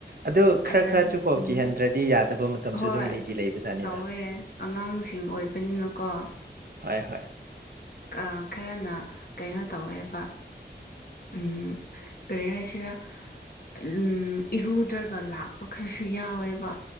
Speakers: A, on the right; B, on the left.
A: ꯑꯗꯣ ꯈꯔ
B: ꯑꯗ
A: ꯈꯔꯆꯨ ꯀꯣ
B: ꯎꯝ
A: ꯀꯤꯍꯟꯗ꯭ꯔꯗꯤ ꯌꯥꯗꯕ ꯃꯇꯝꯁꯨ
B: ꯍꯣꯏ
A: ꯑꯗꯨꯝ ꯂꯩꯗꯤ ꯂꯩꯕ ꯖꯥꯠꯅꯤꯗ
B: ꯇꯧꯋꯦ ꯑꯉꯥꯡꯁꯤꯡ ꯑꯣꯏꯕꯅꯤꯅꯀꯣ
A: ꯍꯣꯢ ꯍꯣꯏ
B: ꯀꯑꯥ ꯈꯔꯅ ꯀꯩꯅꯣ ꯇꯧꯋꯦꯕ ꯎꯝ ꯀꯔꯤ ꯍꯥꯏꯁꯤꯔꯥ ꯑꯎꯝ ꯏꯔꯨꯗ꯭ꯔꯒ ꯂꯥꯛꯄ ꯈꯔꯁꯨ ꯌꯥꯎꯋꯦꯕ